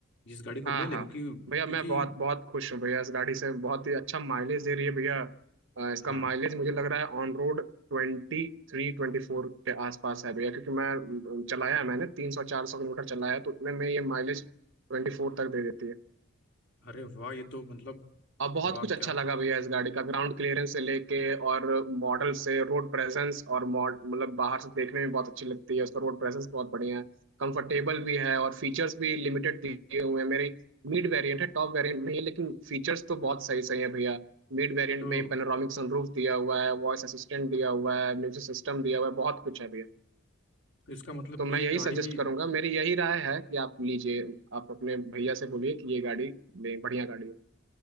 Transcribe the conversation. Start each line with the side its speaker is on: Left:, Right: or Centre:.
Left: इस गाड़ी को
Right: हाँ
Left: ले ले
Right: हाँ
Left: क्योंकि
Right: भैया
Left: क्योंकि
Right: मैं बहुत बहुत खुश हूँ भैया इस गाड़ी से बहुत ही अच्छा माइलेज दे रही है भैया अ, इसका
Left: हाँ
Right: माइलेज मुझे लग रहा है ऑन रोड ट्वेंटी थ्री ट्वेंटी फोर के आसपास है भैया क्योंकि मैं अ, चलाया है मैंने तीन सौ चार सौ किलोमीटर चलाया है तो उतने में ये माइलेज ट्वेंटी फोर तक दे देती है
Left: अरे वाह ये तो मतलब
Right: अब बहुत
Left: वाह
Right: कुछ अच्छा
Left: क्या
Right: लगा भैया इस गाड़ी का ग्राउंड क्लियरेंस से लेके और मॉडल से रोड प्रेजेंस और मॉड मतलब बाहर से देखने में बहुत अच्छी लगती है उसका रोड प्रेजेंस बहुत बढ़िया है कंफर्टेबल भी है और फीचर्स भी लिमिटेड दिए हुए हैं मेरी मिड वेरिएंट है टॉप वेरिएंट नहीं है लेकिन फीचर्स तो बहुत सही सही है भैया मिड वेरिएंट
Left: तो
Right: में पेनोरामिक सनरूफ दिया हुआ है वॉइस असिस्टेंट दिया हुआ है म्यूजिक सिस्टम दिया हुआ है बहुत कुछ है भैया
Left: इसका मतलब
Right: तो मैं
Left: कि ये
Right: यही
Left: गाड़ी
Right: सजेस्ट करूंगा मेरी यही राय है कि आप लीजिए आप अपने भैया से बोलिए कि ये गाड़ी लें बढ़िया गाड़ी है